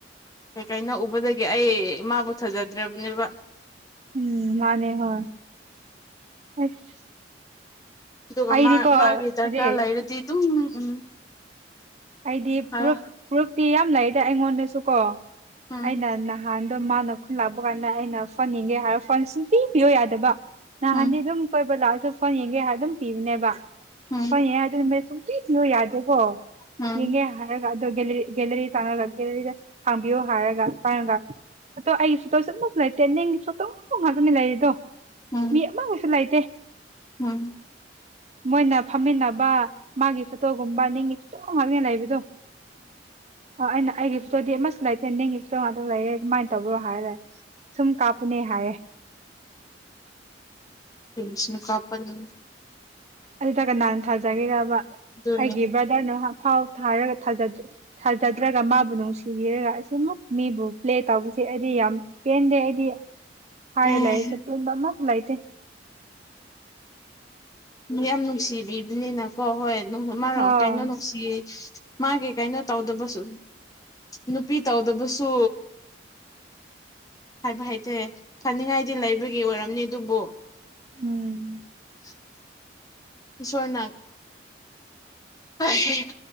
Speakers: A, on the left; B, on the right.
A: ꯀꯩꯀꯩꯅꯣ ꯎꯕꯗꯒꯤ ꯑꯩ ꯃꯥꯕꯨ ꯊꯖꯗ꯭ꯔꯕꯅꯦꯕ꯫
B: ꯎꯝ ꯃꯥꯅꯦ ꯍꯣꯏ꯫ <unintelligible>
A: ꯑꯗꯨꯒ
B: ꯑꯩꯗꯤꯀꯣ
A: ꯃꯥ ꯃꯥꯒꯤ ꯗꯔꯀꯥꯔ
B: ꯑꯗꯨ
A: ꯂꯩꯔꯗꯤ ꯑꯗꯨꯝ ꯎꯝ
B: ꯑꯩꯗꯤ
A: ꯍꯥꯏ
B: ꯄ꯭ꯔꯨꯞ ꯄ꯭ꯔꯨꯞꯇꯤ ꯌꯥꯝ ꯂꯩꯗ ꯑꯩꯉꯣꯟꯗꯁꯨ ꯀꯣ꯫
A: ꯎꯝ
B: ꯑꯩꯅ ꯅꯍꯥꯟ ꯑꯗꯣ ꯃꯥꯅ ꯈꯨꯟ ꯂꯥꯛꯄ ꯀꯥꯟꯗ ꯑꯩꯅ ꯐꯣꯟ ꯌꯦꯡꯒꯦ ꯍꯥꯏꯕ ꯐꯣꯟ ꯁꯨꯡꯄꯤ ꯄꯤꯌꯣ ꯌꯥꯗꯕ ꯅꯍꯥꯟꯗꯤ
A: ꯎꯝ
B: ꯑꯗꯨꯝ ꯀꯣꯏꯕ ꯂꯥꯛꯑꯁꯨ ꯐꯣꯟ ꯌꯦꯡꯒꯦ ꯍꯥꯏ ꯑꯗꯨꯝ ꯄꯤꯕꯅꯦꯕ
A: ꯎꯝ
B: <unintelligible> <unintelligible> ꯌꯥꯗꯦꯀꯣ꯫
A: ꯎꯝ
B: ꯃꯤꯅꯦ <unintelligible> ꯑꯗꫭ ꯒꯦꯂꯔꯤ ꯍꯥꯡꯕꯤꯌꯣ ꯍꯥꯏꯔꯒ ꯇꯥꯡꯉꯒ ꯐꯣꯇꯣ ꯑꯩꯒꯤ ꯐꯣꯇꯣ <unintelligible> ꯅꯪꯒꯤ ꯐꯣꯇꯣ ꯉꯥꯛꯇꯅꯤ ꯂꯩꯔꯤꯗꯣ
A: ꯎꯝ
B: ꯃꯤ ꯑꯃꯒꯁꯨ ꯂꯩꯇꯦ
A: ꯎꯝ
B: ꯃꯣꯏꯅ ꯐꯝꯃꯤꯟꯅ ꯕꯥ ꯃꯥꯒꯤ ꯐꯣꯇꯣ <unintelligible> ꯐ‌‌ꫭꯇꫭ ꯉꯥꯛꯅꯤ ꯂꯩꯕꯗꯣ ꯑ ꯑꯩꯅ ꯑꯩꯒꯤ ꯐꯣꯇꯣꯗꯤ ꯑꯃꯁꯨ ꯂꯩ <unintelligible> <unintelligible> ꯑꯗꯨ ꯂꯩꯑꯦ ꯑꯗꯨꯃꯥꯏꯅ ꯇꯧꯕ꯭ꯔꯣ ꯍꯥꯏꯔꯒ ꯁꯨꯝ ꯀꯥꯞꯄꯅꯦ ꯍꯥꯏꯌꯦ꯫ <inaudible>
A: ꯕꯤꯁꯅꯨ ꯀꯥꯄ <unintelligible>
B: ꯑꯗꯨꯗ ꯀꯟ ꯊꯥꯖꯒ‌ꯦꯔꯕ
A: ꯑꯗꯨꯅꯤ
B: ꯑꯩꯒꯤ ꯕ꯭ꯔꯗꯔꯅ ꯐꯥꯎ ꯊꯥꯔꯒ ꯊꯥꯖ ꯊꯥꯖꯗ꯭ꯔꯒ ꯃꯥꯕꯨ ꯅꯨꯡ <unintelligible> ꯅꯨꯡꯁꯤꯕꯤꯔꯒꯥ ꯑꯁꯨꯃꯨꯛ ꯃꯤꯕꯨ ꯄ꯭ꯂꯦ ꯇꯧꯕꯁꯦ ꯑꯩꯗꯤ ꯌꯥꯝ ꯄꯦꯟꯗꯦ ꯑꯩꯗꯤ꯫ ꯍꯥꯏꯔꯦ
A: ꯑꯦ
B: ꯂꯑꯦ ꯁꯄꯦꯟ ꯃꯥ ꯀ ꯂꯥꯏꯇ
A: ꯃꯤ ꯌꯥꯝ ꯅꯨꯡꯁꯤꯕꯤꯕꯅꯤꯅꯀꯣ ꯍꯣꯏ ꯃꯔ
B: ꯍꯣꯏ
A: ꯀꯩꯅꯣ ꯅꯨꯡꯁꯤ ꯃꯥꯒꯤ ꯀꯩꯅꯣ ꯇꯧꯗꯕꯁꯨ ꯅꯨꯄꯤ ꯇꯧꯗꯕꯁꯨ ꯍꯥꯏꯕ ꯍꯥꯏꯇꯔꯦ ꯐꯅꯤꯡꯉꯥꯏꯗꯤ ꯂꯩꯕꯒꯤ ꯑꯣꯏꯔꯝꯅꯤ ꯑꯗꯨꯕꯨ
B: ꯎꯝ
A: <inaudible> ꯁꯣꯔꯅꯥꯠ <unintelligible>